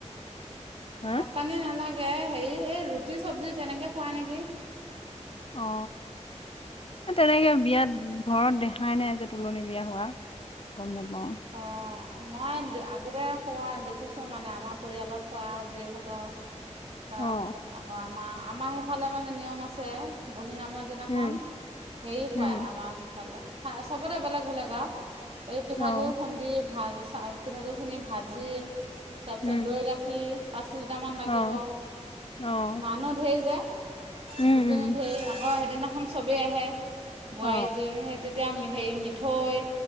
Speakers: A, on the left (about 50°); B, on the right (about 55°).
A: হা
B: ভাত পানী নালাগে হেৰি এই ৰুটি চবজি তেনেকে খুৱাই নিকি?
A: অ তেনেকে বিয়াত ঘৰত দেহ দেখাই নাই যে তুলনি বিয়া হোৱা গম নেপাওঁ।
B: অ। মই আগতে খোৱা দেখিছোঁ মানে আমাৰ পৰিয়ালত খোৱা জীয়েক হতৰ। তাৰপিছত
A: অ'
B: আকৌ আমাৰ আমাৰ সেইফালে মানে নিয়ম আছে বহি নাম ৰ দিনাখন
A: উম
B: হেৰি খুৱায়
A: উম
B: আমাৰ সিফালে চবতে বেলেগ বেলেগ আৰু এই পিঠাগুৰি
A: অ'
B: খুন্দি ভা পিঠাগু়ৰি খিনি ভাজি তাৰপিছত
A: উম
B: দৈ গাখীৰ পাঁচ লিটাৰমান লাগিব
A: অ' অ'
B: মানুহ ধেৰ যে
A: উম
B: গোপিনী
A: উম
B: <unintelligible> আকৌ সেইদিনাখন চবেই আহে বোৱাৰী
A: অ'
B: জীয়ৰী এতিয়া হেৰি মিঠৈ